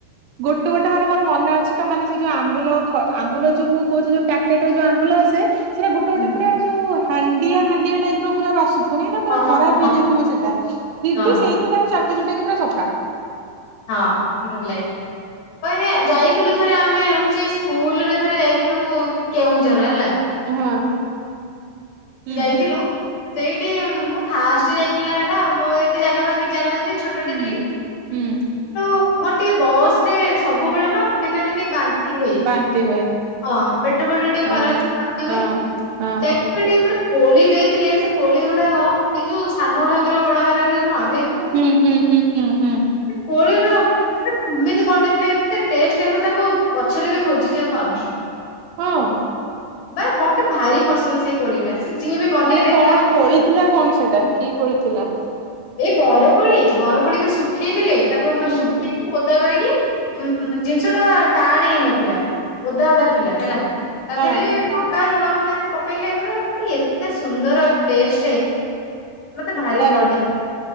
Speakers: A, on the right (about 80°); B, on the left (about 55°).
A: ଗୋଟେ ଗୋଟେ ମାନେ ମୋର ମନ ଅଛି ବା ମାନେ ସେ ଯୋଉ ଆମ୍ୁଲ ଆମ୍ବୁଲ ଯୋଉ ମୁଁ କହୁଛି ଯୋଉ ପ୍ୟାକେଟରେ ଯୋଉ ଆମ୍ବୁ ଆସେ ସେଟା ଗୋଟେ
B: ହୁଁ।
A: ଗୋଟେ ପୁରା ଯୋଉ ହାଣ୍ଡିଆ ହାଣ୍ଡିଆ ଟାଇପ ର ପୁରା ବାସୁ କହିଁି ନା
B: ହଁ
A: ପୁର
B: ହଁ
A: ଖରାପ
B: ହଁ
A: ହେଇଯାଇଥିବ ସେଟା ଫି
B: ହଁ ହଁ
A: ସେଇଥିରେ ତାକୁାଟି ଯୋଉଟା କେ ସା
B: ହଁ ଭଲ କ ଯାଇଥିଲୁ ଥରେ ଆମେ ହଉଛି ସ୍କୁଲ ରେ ଥରେ ଯାଇଥିଲୁ କେଉଁଝର ହେଲା
A: ହଁ ହୁଁ।
B: ଯାଇଥିଲୁ ସେଇଠି ମୁଁ ଫାଷ୍ଟ ଯାଇଥିଲି ଏଇଟା ମୋ ଏତେ ଜାଗା ଫ କିଛି ଜାଣିିନଥିଲି ଛୋଟଟେ
A: ହୁଁ
B: ଥିଲି
A: ହୁଁ
B: ମୋର ଟିକେ ବସ ରେ ସବୁବେଳେ ନା ଦିନ ତ ଟିକେ ବାନ୍ତି ହୁଏ
A: ବାନ୍ତି ହୁଏ
B: ହଁ ପେଟ ଫଟ ଟିକେ
A: ହଁ
B: ଖରା ବାନ୍ତି
A: ହଁ
B: ହୁଏ
A: ହଁ
B: ଟିକେ ଗୋଟେ କୋଳି ଦେଇଥିଲେ ସେ କୋଳି ଗୁଡାକ ଏଇ ଯୋଉ ସାନ ଘାଗରା ବଡ ଘାଗର ନୁହ।
A: ହୁଁ ହୁଁ ହୁଁ ହୁଁ ହୁଁ।
B: କୋଳିର କେମିତି ବନେଇଥିଲେ ଏତେ ଟେଷ୍ଟ ମୁ ତାକୁ ପଛରେ ବି ଖୋଜିଛି ଆଉ ପାଉନି।
A: ହଁ।
B: ବା ମତେ ଭାରି ପସନ୍ଦ ସେଇ କୋଳିଟା। ସେ ଯିଏ ବି ବନେଇ
A: ମାନେ
B: ଦେଇଥିଲା
A: କଣ କୋଳିଥିଲା କଣ ସେଟା କି କୋଳିଥିଲା?
B: ଏଇ ବରକୋଳି ବରକୋଳି ଯୋଉ ଶୁଖେଇଥିଲେ। ତାକୁ ମାନେ
A: ହୁଁ
B: ଶୁଖେଇ ଓ ଓଦା କରିକି ଉ ଜିନିଷ ଟା ଟାଣ ହେଇ ନଥିଲା ଓଦା ଓଦା ଥିଲା ହେଲା। ତଦେହରେ
A: ହଁ
B: ଲଙ୍କା ଲୁଣ ପଣ ଏମିତି ପକେଇଲେ କିନ୍ତୁ ଏତେ ସୁନ୍ଦର ଟେଷ୍ଟ। ମତେ ଭାରି
A: ତାର
B: ପଡେ